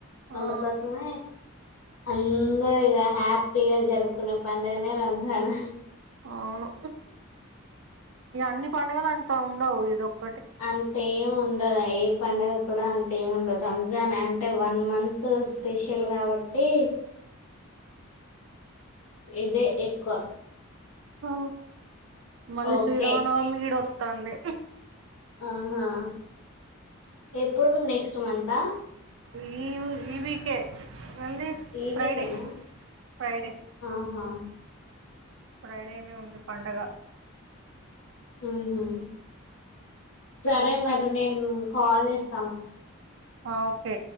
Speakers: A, on the right; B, on the left.
A: ఆ
B: అందుకోసమే అందరు ఇలా హ్యపీ పేరు జరుపుకునే పండగనే రంజాను
A: అవును ఇ అన్ని పండుగలు అంతా ఉండవు ఇదొక్క
B: అంతే ఏం ఉండదు ఐ పండుగ కూడా అంత ఏం ఉండదు రంజాన్ అంటే వన్ మంత్ స్పెషల్ కాబట్టి ఇదే ఎక్కువ
A: ఓ మళ్ళీ
B: ఓకే
A: శ్రీరామానవమి ఇడ తాంది
B: ఆహా ఎప్పుడు నెక్స్ట్ మంతా
A: ఈ ఈ వికె ఉంది
B: ఈ
A: ఫ్రైడే
B: వీకేనా
A: ఫ్రైడే
B: ఆహా
A: ఫ్రైడేనే ఉంది పండగ
B: ఊహు సరే మరి నేను ఉ కాల్ చేస్త
A: అ ఓకే